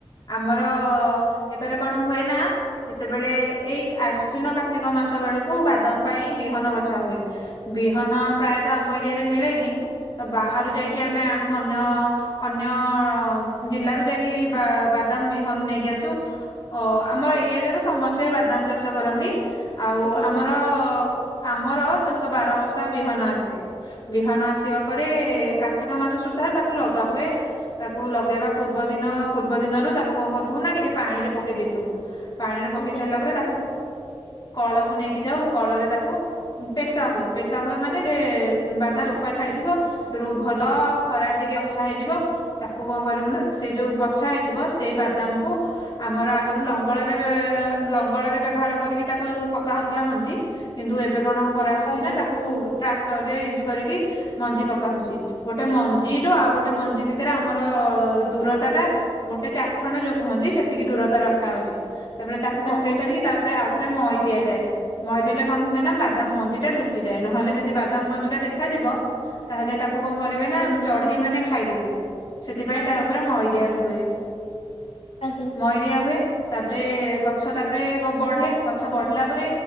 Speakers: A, on the left; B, on the left.
A: ଆମର
B: ହଁ
A: ଏକରେ କଣ ହୁଏ ନା ଯେତେବେଳେ ଏଇ ଆଶ୍ୱିନ କାର୍ତ୍ତିକ ମାସ ବେଳକୁ ବାଦମ ପାଇଁ ବିହନ ବଛା ହୁଏ। ବିହନ ପ୍ରାୟତଃ ଆମ ଏରିଆରେ ମିଳେନି। ତ ବାହାରୁ
B: ଆଜ୍ଞା
A: ଯାଇକି ଆମେ ଆଣୁ ଅନ୍ୟ ଅନ୍ୟ ଜିଲ୍ଲାରୁ ଯାଇକି ବା ବାଦାମ ବିହନ ନେଇକି ଆସୁ ଅ ଆମର ଏରିଆ ଯାକ ସମସ୍ତେ ବାଦାମ ଚାଷ କରନ୍ତି। ଆଉ
B: ଆଜ୍ଞା
A: ଆମର ଆମର ଦଶ ବାର ବବସ୍ଥା ବିହନ ଆସେ। ବିହନ ଆସିବା ପରେ କାର୍ତ୍ତିକ ମାସ ସୁଦ୍ଧା ତାକୁ ଲଗା ହୁଏ। ତାକୁ ଲଗେଇବା ପୂର୍ବ ଦିନ ର୍ବ ଦିନ ତାକୁ କଣ କରିଥିବୁ ନା ଟିକେ ପାଣିରେ ପକେଇ ଦେଇଥିବୁ। ପାଣିରେ
B: ଆଜ୍ଞା
A: ପକେଇ ସାରିଲା ପରେ ତାକୁ କଳକୁ ନେଇକି ଯାଉ କଳରେ ତାକୁ ପେଶା ହୁଏ ପେଶା ହୁଏ ମାନେ ସେ ବାଦାମ ଚୋପା ଛାଡିଥିବ। ସେଥିରୁ ଭଲ ଖରାପ ଟିକେ ବଛା ହେଇଯିବ ତାକୁ କଣ କରିବୁନ ସେ ଯୋଉ ବଛା ହେଇଥିବ ସେଇ ବାଦାମକୁ ଆମର ଆଗରୁ ଲଙ୍ଗଳରେ ଲଙ୍ଗଳରେ ବ୍ୟବହାର କରିକି ତାକୁ ପକା ହଉଥିଲା ମଞ୍ଜି। କିନ୍ତୁ ଏବେ କଣ କରାହଉଚି
B: ଆଜ୍ଞା
A: ନା ତାକୁ ଟ୍ରାକ୍ଟର ରେ ୟୁଜ କରିକି ମଞ୍ଜି ପକା ହଉଚି। ଗୋଟେ ମଞ୍ଜିରୁୁ ଆଉ ଗୋଟେ ମଞ୍ଜି ଭିତରେ ଆମର ଦୂରତା ଟା ଗୋଟେ ଚାଖଣ୍ଡ ଯୋଉ କୁହନ୍ତି ସେତିକି ଦୂରତା ରଖାହଉଚି। ତାପରେ ତାକୁ
B: ଆଜ୍ଞା
A: ପକେଇ ସାରିକି ତାପରେ ଆଉ ଥ ରେ ମଇ ଦିଆଯାଏ। ମଇଦେଲେ କଣ ହୁଏ ନା ବାଦାମ ମଞ୍ଜି ଟା ଲୁଚିଯାଏ। ନହେଲେ ଯଦି ବାଦାମ ମଞ୍ଜି ଟା ଦେଖାଯିବ ତାହେଲେ ତାକୁ କଣ କରିବେ ନା ଚଢେଇ ମାନେ ଖାଇଦେବେ ସେଥିପାଇଁ
B: ଆଜ୍ଞା
A: ତା ଉପରେ ମଇଦିଆ ହୁଏ।
B: ଆଜ୍ଞା।
A: ମଇଦିଆ ହୁଏ ତାପରେ ଗଛ ତାପରେ ବଢେ। ଗଛ ବଢିଲା ପରେ